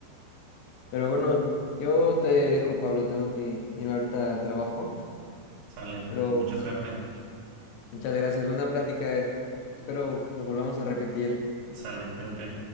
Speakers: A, on the left; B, on the right.
A: Pero bueno, yo te dejo, Pablo, tengo que irme ahorita al trabajo.
B: Sale.
A: Pero
B: Pues mucha suerte.
A: muchas gracias, buena plática. eh. Espero lo volvamos a repetir.
B: Sale, cuídate.